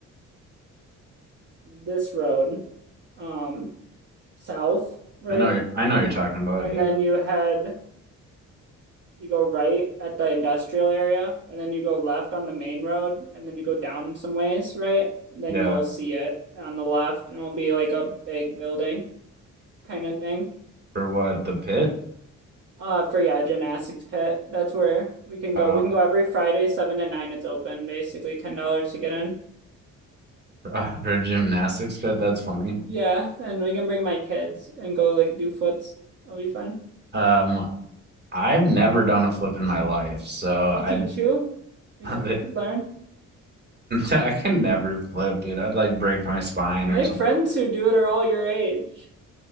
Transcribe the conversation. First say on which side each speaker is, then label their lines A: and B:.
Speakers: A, on the right; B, on the right.
A: this road, um, south, right?
B: I know you're, I know you're talking about.
A: And
B: it, Yeah,
A: then you head you go right at the industrial area, and then you go left on the main road, and then you go down some ways, right? And then
B: yeah.
A: you'll see it on the left, and it'll be like a big building kind of thing.
B: For what? The pit?
A: Uh, for yeah, gymnastics pit. That's where we can
B: Uh,
A: go. We can go every Friday, seven to nine. It's open, basically ten dollars to get in.
B: <laughs> for a gymnastics pit. That's funny.
A: Yeah, and we can bring my kids and go like do flips. It'll be fun.
B: Um, I've never done a flip in my life, so I
A: I'll teach you. You,
B: <laughs>
A: you could learn.
B: I can never flip, dude. I'd like break my spine
A: My
B: or something.
A: friends who do it are all your age.